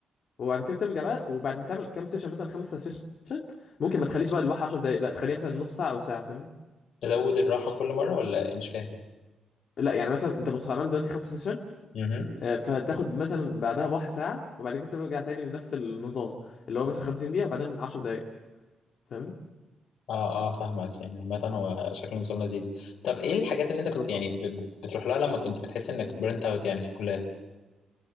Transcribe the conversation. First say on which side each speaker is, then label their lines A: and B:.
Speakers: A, on the left; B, on the left.
A: وبعد كده ترجع بقى وبعد ما تعمل كام سيشن مثلا خمسة سيشن ممكن ما تخليش بقى الواحد 10 دقايق لا تخليها مثلا نص ساعه او ساعه فاهمني
B: تزود الراحه كل مره ولا مش فاهم؟
A: لا يعني مثلا انت بص عملت دلوقتي خمسة سيشن
B: امم
A: آه، فتاخد مثلا بعدها بواحد ساعه وبعد كده ترجع تاني لنفس النظام اللي هو مثلا 50 دقيقه وبعدين 10 دقايق فاهمني
B: اه اه فاهمك يعني عامة هو شكله نظام لذيذ طب ايه الحاجات اللي انت
A: بالظبط
B: كنت يعني ب- ب- بتروح لها لما كنت بتحس انك برنت اوت يعني في الكلية؟